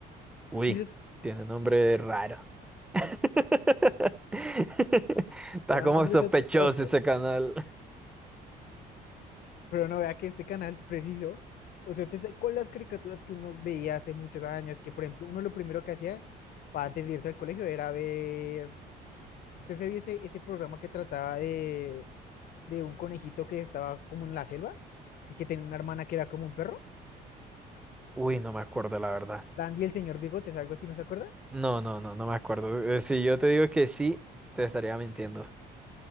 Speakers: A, in the centre; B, on the left.
A: Uy,
B: Y resulta
A: tiene nombre raro. <laughs> Está
B: un
A: como
B: nombre
A: sospechoso
B: sospechoso.
A: ese canal.
B: Pero no vea que este canal preciso, o sea, usted sabe, con las caricaturas que uno veía hace muchos años, que por ejemplo, uno lo primero que hacía para antes de irse al colegio era ver, usted se vio ese, ese programa que trataba de, de un conejito que estaba como en la selva y que tenía una hermana que era como un perro,
A: Uy, no me acuerdo, la verdad.
B: Dandy el señor Bigotes, algo así, ¿no se acuerda?
A: No, no, no, no me acuerdo. Eh, Si yo te digo que sí, te estaría mintiendo.